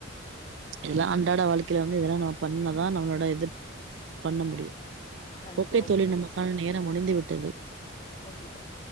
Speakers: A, on the right; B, on the left.
A: இதெல்லா அண்டாட வாழ்க்கையில வந்து இதெல்லாம் நம்ம பண்ணதா நம்மளோட இது பண்ண முடியு
B: கண்டிப்பா
A: ஓகே தோழி
B: ஓகே
A: நமக்கான நேரோ முடிந்துவிட்டு
B: கே பாய்